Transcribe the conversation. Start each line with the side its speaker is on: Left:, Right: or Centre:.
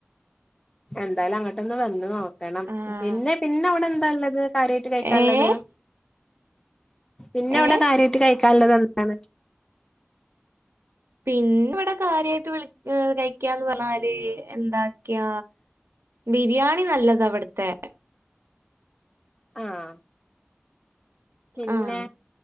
Left: എന്തായാലും അങ്ങാട്ടൊന്ന് വര്ണോ രണം
Right: ആഹ്
Left: പിന്നെ പിന്നെ അവിടെന്താള്ളത് കാര്യയ്ട്ട് കയ്ക്കാള്ള്ത്
Right: ഏഹ്
Left: പിന്നെവ്ടെ
Right: ഏഹ്
Left: കാര്യയ്ട്ട് കയ്ക്കാള്ള്ത് ന്താണ്
Right: പിന്ന്വ്ടെ കാര്യയ്ട്ട് വിള് എഹ് കഴിക്കാന്ന് പറഞ്ഞാല് എന്താക്ക്യ ബിരിയാണി നല്ലതാവ്ട്ത്തെ
Left: ആഹ് പിന്നെ
Right: ആഹ്